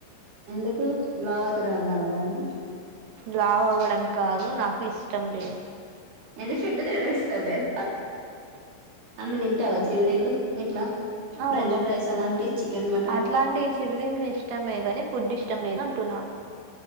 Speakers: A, on the right; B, on the right.
A: ఎందుకు లవ్యతారు అన్నారా ఎవరన్నా
B: లావవడం కాదు నాకు ఇష్టం లేదు
A: ఏందీ ఫుడు తినడం ఇష్టం లేద అన్ని తింటావా చిరుతిండ్లు ఇట్లా
B: అవును
A: ఫ్రెంచ్ ఫ్రైస్ అలాంటి చికెన్ మటన్
B: అట్లాంటి చిరిదింలు ఇష్టమే కాని ఫుడ్ ఇష్టం లేదు అంటున్నాను